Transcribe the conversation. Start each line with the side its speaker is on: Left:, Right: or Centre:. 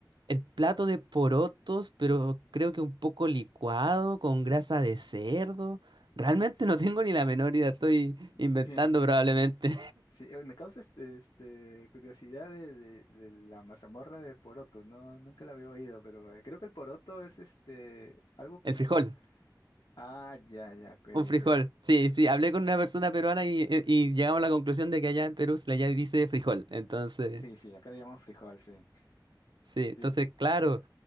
Right: el plato de porotos, pero creo que un poco licuado, con grasa de cerdo. Realmente no tengo ni la menor idea, estoy
Left: <laughs>
Right: inventando
Left: sí,
Right: probablemente.
Left: sí, oye, me causa este, este, curiosidad de, de- de la mazamorra de poroto, ¿no? Nunca la había oído, pero eh, creo que el poroto es este, algo como...
Right: <laughs> El frijol.
Left: un- Ah, ya, ya, ok,
Right: Un frijol.
Left: ok.
Right: Sí, sí, hablé con una persona peruana y, eh, y llegamos a la conclusión de que allá en Perú se le ya dice frijol. Entonces,
Left: Sí, sí, acá le llamamos frijol, sí,
Right: sí,
Left: <laughs>
Right: entonces,
Left: sí.
Right: claro.